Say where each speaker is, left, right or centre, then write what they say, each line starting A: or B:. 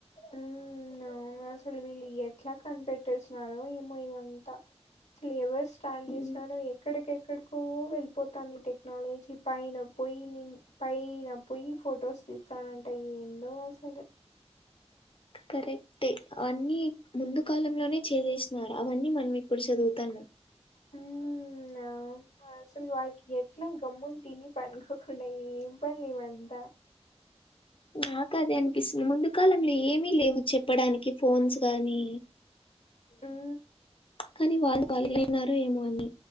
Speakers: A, on the left; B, on the left.
A: ఉమ్ అవును అసలు వీళ్ళు ఎట్లా కనిపెట్టేసినారో ఏమో ఇవంతా ఎవరు స్టార్ట్ చేసిననో
B: ఉమ్,
A: ఎక్కడికి ఎక్కడికిో వెళిపోతాంది టెక్నాలజీ పైన. పోయి నేను పైన పోయి ఫొటోస్ తీస్తానంటే ఏందో అసలు
B: కరక్టే అన్నీ ముందు కాలంలోనే చేసేసినారు అవన్నీ మనం ఇప్పుడు చదువుతాన్నామ్
A: మ్మ్ ఆ అసలు వాళ్ళకి ఎట్లా గమ్మునతిని పనుకోకుండ ఏం పన్లు ఇవంతా
B: నాకదే అనిపిస్తుంది ముందు కాలంలో ఏమిలేవు చెప్పడానికి ఫోన్స్ గానీ
A: మ్
B: కానీ వాళ్ళు ఖాలిగాలైనారో ఏమో అని